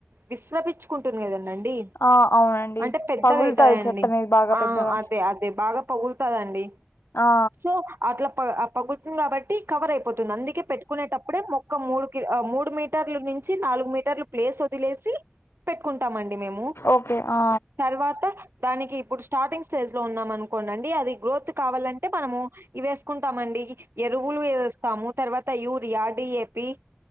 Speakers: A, on the right; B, on the left.
A: విశ్రపిచ్చుకుంటుంది కదండండి
B: ఆ అవునండి
A: అంటే పెద్దగావుతాయండి
B: పగులుతది చెట్టు అనేది బాగా
A: ఆ
B: పెద్దగా
A: అదే అదే బాగా పగులుతాదండి
B: ఆ
A: సో అట్లా ప పగులుతుంది కాబట్ కవర్ అయిపోతుంది అందుకే పెట్టుకునేటప్పుడే మొక్క మూడు కి మూడు మీటర్లు నుంచి నాలుగు మీటర్లు ప్లేస్ వదిలేసి పెట్టుకుంటామండి మేము
B: ఓకే ఆ
A: తర్వాత దానికి ఇప్పుడు స్టార్టింగ్ స్టేజ్ లో ఉన్నాం అనుకోండండి అది గ్రోత్ కావాలంటే మనము ఇ వేసుకుంటామండి ఎరువులు వేస్తాము తర్వ యూరియా డిఏపి